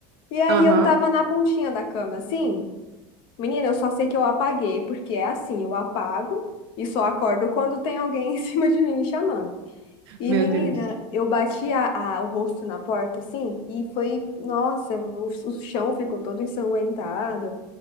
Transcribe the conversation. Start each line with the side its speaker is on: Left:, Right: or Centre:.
Left: E aí
Right: aham.
Left: eu tava na pontinha da cama, assim. Menina, eu só sei que eu apaguei, porque é assim, eu apago e só acordo quando tem alguém <laughs> em cima de mim me chamando. E,
Right: Meu
Left: menina,
Right: Deus.
Left: eu bati a, a- o rosto na porta, assim, e foi, nossa, o, o chão ficou todo ensanguentado.